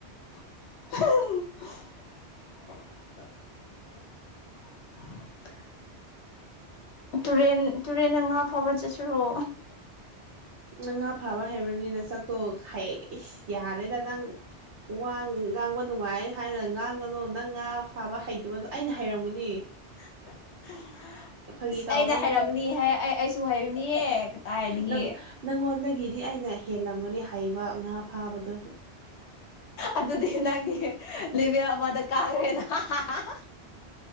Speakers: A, on the left; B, on the right.
A: ꯎ <unintelligible> <inaudible> ꯇꯨꯔꯦꯟ ꯇꯨꯔꯦꯟꯗ ꯉꯥ ꯐꯥꯕ ꯆꯠꯁꯤꯔꯣ
B: ꯅꯪ ꯉꯥ ꯐꯥꯕ ꯍꯩꯕ꯭ꯔꯅꯦ ꯁꯛꯇꯣ ꯍꯥꯏ ꯌꯥꯔꯦꯗ ꯅꯪ ꯋꯥ ꯉꯥꯡꯕ ꯅꯨꯡꯉꯥꯏ ꯍꯥꯏꯅ ꯉꯥꯡꯒꯅꯨ ꯅꯪ ꯉꯥ ꯐꯥꯕ ꯍꯩꯇꯕꯗꯣ ꯑꯩꯅ ꯍꯩꯔꯝꯒꯅꯤ
A: <inaudible> ꯑ
B: ꯐꯥꯒꯤ ꯇꯧꯕꯅꯤꯗ
A: ꯑꯩꯩꯅ ꯍꯩꯔꯛꯒꯅꯤ ꯑꯩꯁꯨ ꯍꯩꯕꯅꯤꯍꯦ ꯀꯗꯥꯥꯏꯗꯒꯤ
B: ꯅꯪ ꯅꯪꯉꯣꯟꯗꯒꯤꯗꯤ ꯑꯩꯅ ꯍꯦꯜꯂꯝꯒꯅꯤ ꯍꯩꯕ ꯉꯥ ꯐꯥꯕꯗꯣ
A: ꯑꯗꯨꯗꯤ ꯅꯪꯗꯤ ꯂꯤꯕꯦꯜ ꯑꯃꯗ ꯀꯥꯔꯦꯅ ꯍꯥ ꯍꯥ ꯍꯥ <inaudible>